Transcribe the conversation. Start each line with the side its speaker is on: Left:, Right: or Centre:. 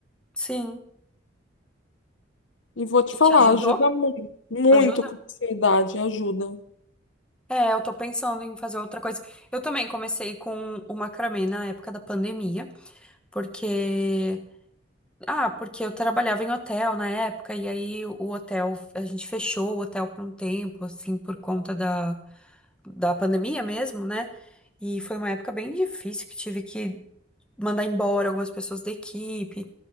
Centre: sim.
Left: E vou te
Centre: E
Left: falar,
Centre: te ajudou?
Left: ajuda muito, muito
Centre: Ajuda?
Left: com a ansiedade, ajuda.
Centre: É, eu tô pensando em fazer outra coisa. Eu também comecei com o macramê na época da pandemia, porque Ah, porque eu trabalhava em hotel na época, e aí o hotel, a gente fechou o hotel por um tempo, assim, por conta da, da pandemia mesmo, né? E foi uma época bem difícil que tive que mandar embora algumas pessoas da equipe.